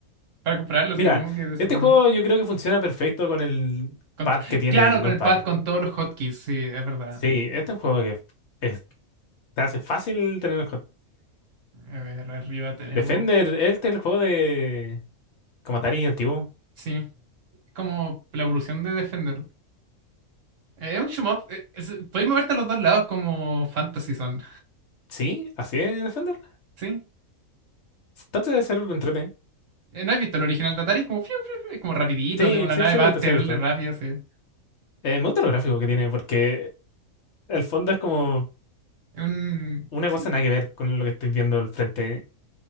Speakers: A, on the right; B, on the left.
A: para compararlo, así
B: Mira,
A: que supongo que debe ser
B: este
A: bueno.
B: juego yo creo que funciona perfecto con el
A: Con
B: pad
A: t-
B: que tiene
A: claro,
B: el
A: con
B: numpad.
A: el pad, con todos los hotkeys, sí, es verdad.
B: Sí, este es un juego que es- te hace fácil tener el co-
A: A ver, arriba tenemos...
B: Defender, este es el juego de como Atari antiguo.
A: Sí, es como la evolución de Defender. Eh, Es un shoot 'em up, eh, es- podéis moverte a los dos lados como Fantasy Zone,
B: Sí, así es Defender.
A: ¿sí?
B: Entonces debe ser entrete.
A: Eh, ¿No has visto el original de Atari? Es como, fiu, fiu, fiu, es como rapidito,
B: Sí,
A: así como la
B: sí,
A: nave
B: sí
A: va
B: lo he visto,
A: terrible
B: sí lo he visto.
A: rápida, así. Es
B: Eh, me gusta los gráficos que tiene porque el fondo es como
A: un...
B: una
A: sí.
B: cosa nada que ver con lo que estoy viendo al frente.